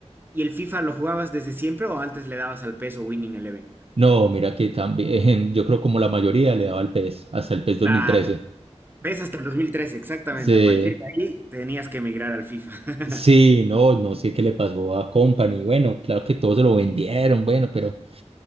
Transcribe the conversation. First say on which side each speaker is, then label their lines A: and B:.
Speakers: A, on the right (about 15°); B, on the right (about 55°).
A: ¿Y el FIFA lo jugabas desde siempre o antes le dabas al PES o Winning Eleven?
B: No, mira que también, <laughs> yo creo como la mayoría le daba al PES, hasta el PES
A: Claro.
B: 2013.
A: PES hasta el 2013, exactamente.
B: Sí,
A: A partir de ahí tenías que emigrar al FIFA.
B: Sí,
A: <laughs>
B: no, no sé qué le pasó a Company. Bueno, claro que todos se lo vendieron, bueno, pero,